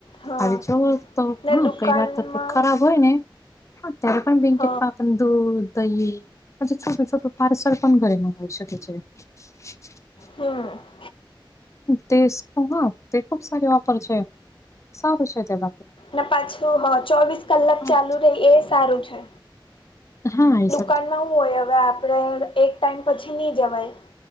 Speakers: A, on the left (about 80°); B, on the left (about 35°).
A: હા
B: હવે જવ તો
A: ને
B: હા
A: દુકાનમાં
B: કઈ વાર તો ખરાબ હોય ને હ ત્યારે પણ ભિંકીપ
A: હ
B: દૂધ દહી પછી છોટું છોટું પાર્સલ પણ ઘરે મંગવી શકે છે <inaudible>
A: હમ
B: તે હા તે ખુબ સારી વાપર છે સારું છે તેપ
A: ને પાછું હા ચોવીસ કલાક
B: હા
A: ચાલુ રહી એ સારું છે
B: હા આ સ
A: દુકાન નવું હોય હવે આપણે એક ટાઈમ પછી નહીં જવાય